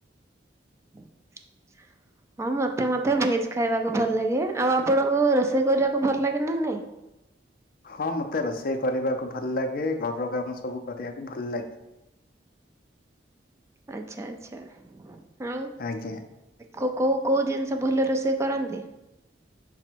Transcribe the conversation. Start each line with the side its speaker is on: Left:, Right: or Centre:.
Right: <unintelligible> ହଁ ମତେ ମତେ ଭେଜ ଖାଇବାକୁ ଭଲଲାଗେ ଆଉ ଆପଣଙ୍କୁ ରୋଷେଇ କରିବାକୁ ଭଲଲାଗେନା ନାଇଁ?
Left: ହଁ ମତେ ରୋଷେଇ କରିବାକୁ ଭଲଲାଗେ ଘରକାମ ସବୁ କରିବାକୁ ଭଲଲାଗେ।
Right: ଆଛା ଆଛା ଆଉ
Left: ଆଜ୍ଞା।
Right: କୋଉ କୋଉ କୋଉଜିନିଷ ଭଲ ରୋଷେଇ କରନ୍ତି?